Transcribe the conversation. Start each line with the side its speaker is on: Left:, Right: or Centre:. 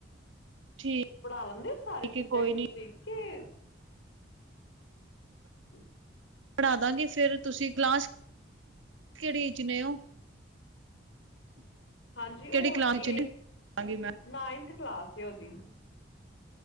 Right: ਠੀਕ
Left: ਪੜ੍ਹਾ ਲੈਂਦੇ ਉਹ ਸਾਰੇ ਸਬਜੈਕਟ
Right: ਏ ਕੋਈ
Left: ਤੁਸੀ
Right: ਨੀ,
Left: ਕੇ <inaudible>
Right: ਪੜਾਦਾਂਗੇ ਫੇਰ ਤੁਸੀਂ ਕਲਾਸ ਕਿਹੜੀ ਚ ਨੇ ਉਹ। <inaudible>
Left: ਹਾਂਜੀ। ਉਹ
Right: ਕਿਹੜੀ ਕਲਾਸ ਇਚ
Left: ਏ
Right: ਨੇ? ਦਾਂਗੀ ਮੈਂ,
Left: ਨਾਈਨਥ ਕਲਾਸ ਐ ਉਹਦੀ।